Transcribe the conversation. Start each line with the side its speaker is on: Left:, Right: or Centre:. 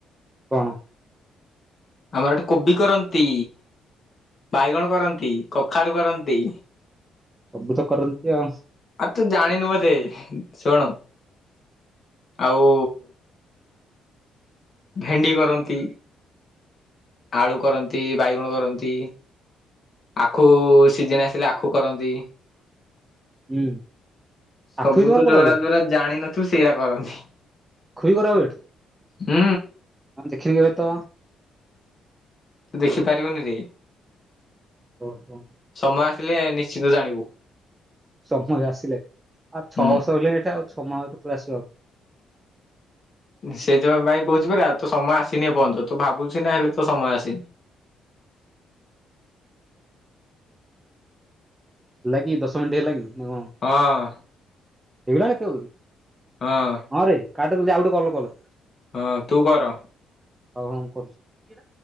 Right: କଣ?
Left: ଆମର ଏଠି କୋବି କରନ୍ତି। ବାଇଗଣ କରନ୍ତି, କଖାରୁ କରନ୍ତି।
Right: ସବୁ ତ କରନ୍ତି ଆଉ।
Left: ଆଉ ତୁ ଜାଣିନୁ ବୋଧେ ଶୁଣୁ ଆଉ ଭେଣ୍ଡି କରନ୍ତି। ଆଳୁ କରନ୍ତି, ବାଇଗଣ କରନ୍ତି, ଆଖୁ ସିଜନ ଆସିଲେ ଆଖ୍ ଖୁ କରନ୍ତି।
Right: ହୁଁ
Left: ସବୁ
Right: ଆଖୁ ବି ତମର
Left: ତ
Right: କରାହୁଏ
Left: ଯୋଉରା ଯୋଉରା ଜାଣିିନଥିବୁ ସେଇଆ କରନ୍ତି।
Right: ଖୋଇ କରାବେଟ୍
Left: ହୁଁ।
Right: ଆମେ ଦେଖିନୁ କେବେତ।
Left: ତୁଦେଖି ପାରିବୁନିରେ।
Right: ଓହୋ।
Left: ସମୟ ଆସିଲେ ନିଶ୍ଚିତ ଜାଣିବୁ।
Right: ସମୟ ଆସିଲେ ଆଉ ଛଅ
Left: ହୁଁ
Right: ବର୍ଷ ରହିଲାଣି ଏଟା ଆଉ ସମୟ କେତେବେଳେ ଆସିବ ଆଉ।
Left: ସେଇଜଉ ପାଇଁ କହୁଚି ପରା ଆଉ ତସମୟ ଆସିନି ଏପଯ୍ୟନ୍ତ ତୁଭାବୁଚୁନା ହେଲେ ତସମୟ ଆସିନି।
Right: ହେଲାକି ଦଶମିଣ୍ଟି ହେଲାକି ନାକଣ।
Left: ହଁ।
Right: ହେଇଗଲାଣି ଏତେ ଜଲ୍ଦି।
Left: ହଁ।
Right: ହଁରେ କାଟେ ଜଲ୍ଦି ଆଉଗୋଟେ କଲ୍ କର।
Left: ହଁ ତୁକର।
Right: ଆଉ ହଁ କରୁଚି।